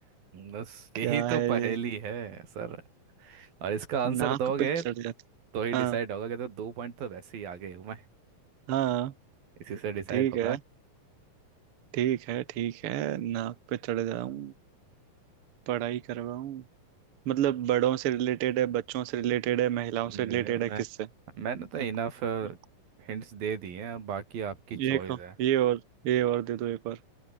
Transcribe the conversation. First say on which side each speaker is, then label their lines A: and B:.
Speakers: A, on the right; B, on the right.
A: बस यही
B: क्या
A: तो
B: है
A: पहेली
B: ये
A: है सर और इसका आंसर
B: नाक
A: दोगे
B: पे चढ़ जाता
A: तो ही डिसाइड
B: हाँ
A: होगा कि तो दो पॉइंट तो वैसे ही आगे हूँ मैं
B: हाँ
A: इसी से डिसाइड
B: ठीक
A: होगा
B: है ठीक है ठीक है नाक पे चढ़ जाऊं पढ़ाई करवाऊं मतलब बड़ों से रिलेटेड है बच्चों से रिलेटेड है महिलाओं
A: नहीं
B: से रिलेटेड है
A: मैं
B: किससे <laughs>
A: मैंने तो इनफ
B: हम्म, हम्म,
A: हिंट्स दे दिए हैं अब बाकी आपकी चॉइस
B: ये को
A: है
B: ये और ये और दे दो एक और